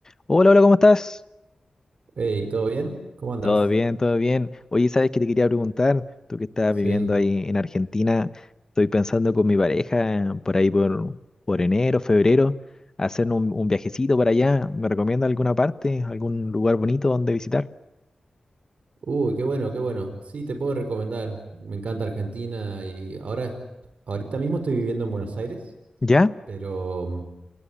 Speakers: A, on the left (about 25°); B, on the right (about 80°).
A: Hola, hola, ¿cómo estás?
B: Hey, ¿todo bien? ¿Cómo andás?
A: Todo bien, todo bien. Oye, ¿sabes qué te quería preguntar? Tú que estás
B: Sí.
A: viviendo ahí en Argentina, estoy pensando con mi pareja por ahí por, por enero, febrero, hacer un, un viajecito para allá. ¿Me recomienda alguna parte, algún lugar bonito donde visitar?
B: Uy, qué bueno, qué bueno. Sí, te puedo recomendar. Me encanta Argentina y ahora, ahorita mismo estoy viviendo en Buenos Aires,
A: ¿Ya?
B: pero mm,